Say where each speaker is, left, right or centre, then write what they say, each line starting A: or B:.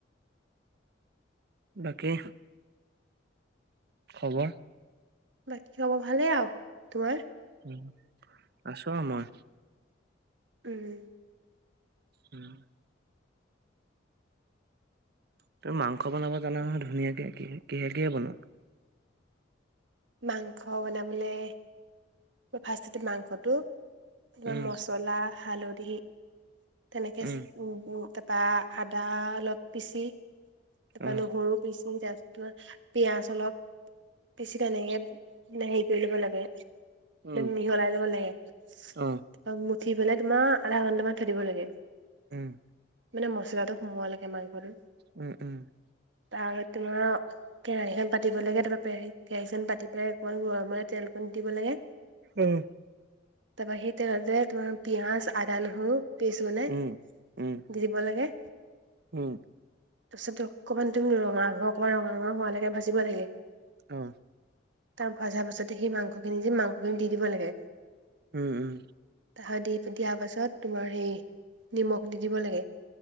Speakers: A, on the right (about 60°); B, on the right (about 75°).
A: বাকী খবৰ।
B: বাকী খবৰ ভালেই আও তোমাৰ?
A: উ আছো আও মই।
B: উম।
A: উম। তুমি মাংস বনাব জানা নহয় ধুনীয়াকে কিহে কিহে বনোৱা?
B: মাংস বনাবলে। মই ফাৰ্ষ্টতে মাংসটো তাপা
A: উম
B: মছলা হালধি। তেনেকে
A: উম
B: তাপা আদা অলপ পিচি তাৰপৰা
A: অ
B: নহৰু পিচি ত পিঁয়াজ অলপ বেছিলে এনেকে হেৰি কৰি ল'ব লাগে।
A: উম
B: মিহলাই ল'ব লব লাগে
A: অ
B: তাৰ মুঠি পেলাই তোমাৰ আধা ঘন্টামান থাকিব লাগে।
A: উম।
B: মানে মেলাটো সোমোৱালৈকে মাংখ টো।
A: উম উম।
B: তাগত তোমাও? কেৰাহীখন পাতিব লাগে তাৰপৰা কেহ কেৰাহীখন পাতি পেলাই অকমান গৰমৰে তেল দিব লাগে।
A: উম।
B: তাৰপৰা সেই তেল তোমাৰ পিয়াঁজ, আদা, নহৰু পেষ্ট বনাই।
A: উম উম উম
B: দি দিব লাগে।
A: উম
B: তাৰপিছত টৈ অকণমান তুমি ৰঙা ৰঙা হোৱা লগে ভাজিব লাগে।
A: অ
B: তাৰ ভজাৰ পাছতে সেই মাংসখিনি যে মাংসখিনি দি দিব লাগে।
A: উম উম।
B: তাহত দি দিয়া পাছত তোমাৰ সেই নিমখ দি দিব লাগে।